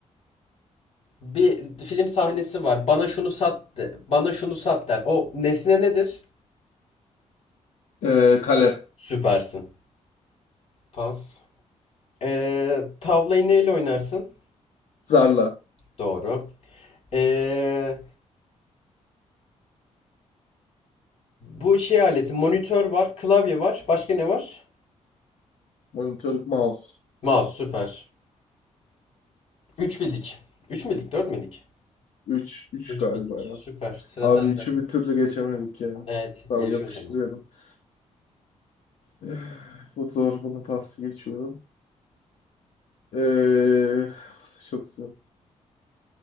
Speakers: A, on the left (about 55°); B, on the left (about 75°).
A: Bir film sahnesi var. Bana şunu sat de, bana şunu sat der. O nesne nedir?
B: e, kalem,
A: Süpersin. Pas. Ee, tavlayı neyle oynarsın?
B: zarla,
A: Doğru. Ee, bu şey aleti monitör var, klavye var. Başka ne var?
B: monitör, mouse.
A: Mouse süper. üç bildik. üç bildik, 4 bildik.
B: Üç, üç
A: üç
B: galiba
A: bildik.
B: ya.
A: Süper. Sıra
B: Abi
A: sende.
B: üçü bir türlü geçemedik ya.
A: Evet,
B: Tamam
A: gelişiyor
B: yapıştırıyorum.
A: zaman.
B: <sighs> Eh, Bu zor bunu pas geçiyorum. Ee, <laughs> çok zor.